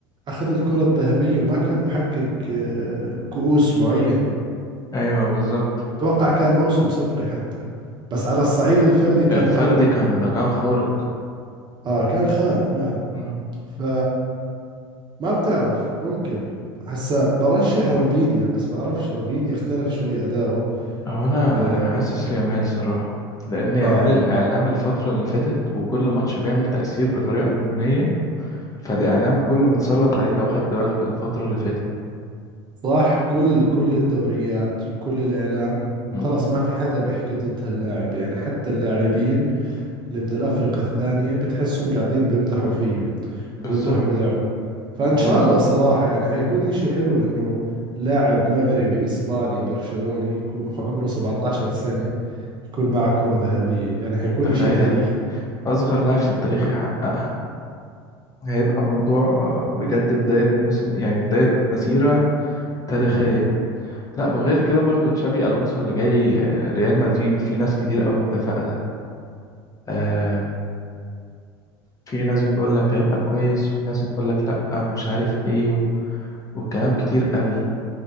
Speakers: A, on the right; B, on the left.
A: أخذ الكرة الذهبية وما كان محقق آه، كؤوس معينة
B: ايوه بالظبط
A: أتوقع كان موسم صفري حتى بس على الصعيد
B: لا
A: الفردي كان
B: الفردي
A: قوي
B: كان ده كان خارق
A: آه كان خارق نعم
B: مم.
A: ف ما بتعرف ممكن هسا برشح رافينيا بس بعرفش رافينيا اختلف شوي أداؤه
B: هو انا
A: آه,
B: انا حاسس ليامال صراحة لان يامال
A: آه
B: الاعلام الفترة اللي فاتت وكل ماتش بيعمل تأثير بطريقة جنونية فالاعلام كله متسلط عليه لو خدت بالك الفترة اللي فاتت
A: صح كل كل الدوريات وكل الإعلام وخلص
B: مم.
A: ما في حدا بيحكي ضد هاللاعب يعني حتى اللاعبين اللي من الأفرقة الثانية بتحسهم قاعدين بيمدحوا فيه
B: بالظبط
A: بيمدحوا بلعبه فإن
B: هو
A: شاء الله صراحة يعني حيكون إشي حلو إنه لاعب مغربي إسباني برشلوني يكون عمره 17 سنة يكون معه كرة ذهبية يعني حيكون
B: تخيل
A: إشي تاريخي
B: أصغر لاعب في التاريخ يحققها هيبقى موضوع آه، بجد بداية موسم يعني بداية مسيرة تاريخية لا وغير كده برضو تشابي ألونسو اللي جاي آه، ريال مدريد في ناس كتير أوي متفائلة آه، في ناس بتقول لك هيبقى كويس وفي ناس بتقول لك لا ومش عارف ايه و- والكلام كتير أوي